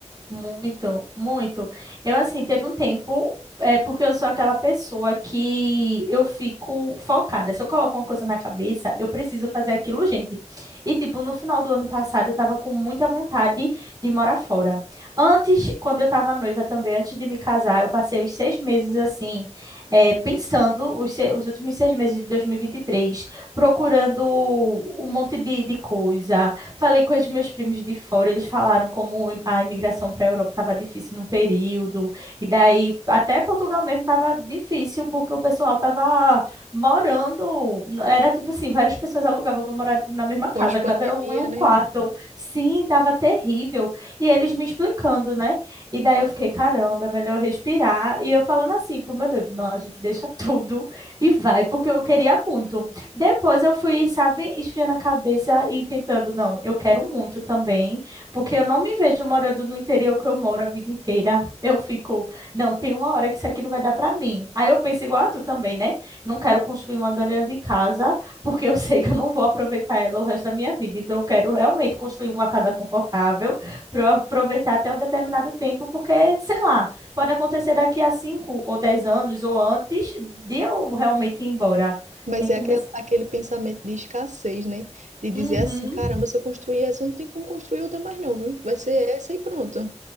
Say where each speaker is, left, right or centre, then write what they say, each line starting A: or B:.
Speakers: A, on the right (about 35°); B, on the right (about 85°).
A: Muito, muito. Eu, assim, teve um tempo, é, porque eu sou aquela pessoa que eu fico focada. Se eu coloco uma coisa na cabeça, eu preciso fazer aquilo, gente. E, tipo, no final do ano passado, eu tava com muita vontade de morar fora. Antes, quando eu tava noiva também, antes de me casar, eu passei os seis meses, assim, é, pensando, os, se- os últimos seis meses de 2023, procurando um monte de, de coisa Falei com os meus primos de fora, eles falaram como a imigração para a Europa estava difícil no período, e daí até Portugal mesmo estava difícil, porque o pessoal estava morando, era tipo assim, várias pessoas alugavam para morar na mesma casa,
B: pós-pandemia,
A: cada um em um
B: né?
A: quarto. Sim, estava terrível. E eles me explicando, né? E daí eu fiquei, caramba, é melhor respirar. E eu falando assim pro meu noivo, não, a gente deixa <laughs> tudo e vai, porque eu queria muito depois eu fui, sabe, esfriando a cabeça e tentando, não, eu quero muito também, porque eu não me vejo morando no interior que eu moro a vida inteira. Eu fico, não, tem uma hora que isso aqui não vai dar para mim. Aí eu penso igual a tu também, né? Não quero construir uma grande casa, porque eu sei que eu não vou aproveitar ela o resto da minha vida. Então eu quero realmente construir uma casa confortável para eu aproveitar até um determinado tempo, porque, sei lá, pode acontecer daqui a cinco ou dez anos ou antes de eu realmente ir embora.
B: Mas
A: Entendeu?
B: é aquele, aquele pensamento de escassez, né? De dizer
A: Uhum.
B: assim, caramba, se eu construir essa, eu não tenho como construir outra mais não, viu? Vai ser essa e pronto.